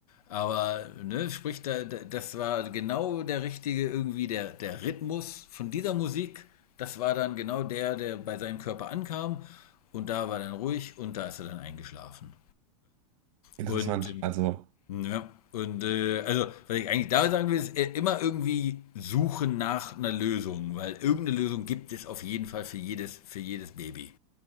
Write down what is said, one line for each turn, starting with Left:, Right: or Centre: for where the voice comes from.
Left: Aber, ne, sprich, da, da- das war genau der richtige, irgendwie der, der Rhythmus von dieser Musik. Das war dann genau der, der bei seinem Körper ankam. Und da war dann ruhig und da ist er dann eingeschlafen.
Right: <laughs> Interessant.
Left: Und ähm,
Right: Also,
Left: Ja, und äh, also, was ich eigentlich da sagen will, ist äh, immer irgendwie suchen nach einer Lösung, weil irgendeine Lösung gibt es auf jeden Fall für jedes, für jedes Baby.